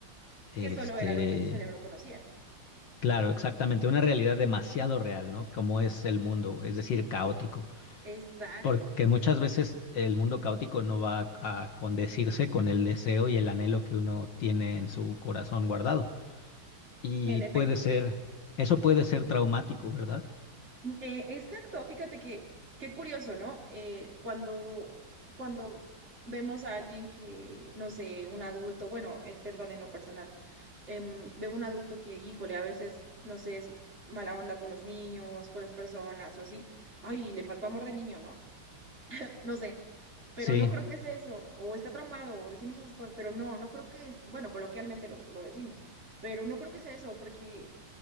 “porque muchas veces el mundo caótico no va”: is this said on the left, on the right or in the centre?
Left